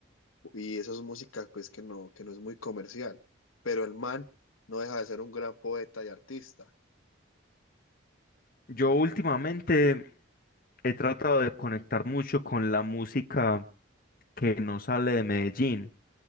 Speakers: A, on the left; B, on the left.
A: y eso es música pues que no, que no es muy comercial. Pero el man no deja de ser un gran poeta y artista.
B: Yo últimamente he tratado de conectar mucho con la música que no sale de Medellín.